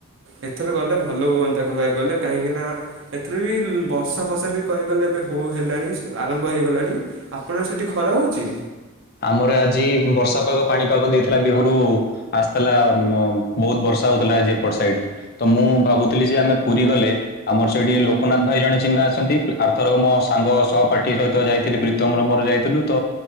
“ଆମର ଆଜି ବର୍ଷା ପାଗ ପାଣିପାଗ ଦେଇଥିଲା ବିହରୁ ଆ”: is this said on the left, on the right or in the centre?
Left